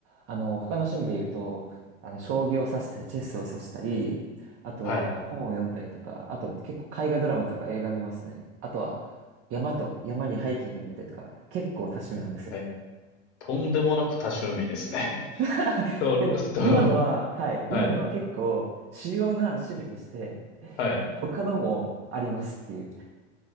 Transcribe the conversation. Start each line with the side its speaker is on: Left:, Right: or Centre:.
Right: あの、他の趣味で言うと、あの、将棋を指したり、チェスを指したり、あとは本を読んだりとか、
Left: はい、
Right: あと結構海外ドラマとか映画見ますね。あとは山と、山にハイキングに行ったりとか、結構多趣味なんですよ。
Left: はい。とんでもなく多趣味ですね。
Right: <laughs>
Left: <laughs> そう、
Right: でも、
Left: そう、
Right: 今のは、はい、
Left: はい、
Right: 今のは結構主要な趣味でして、
Left: はい。
Right: 他のもありますっていう。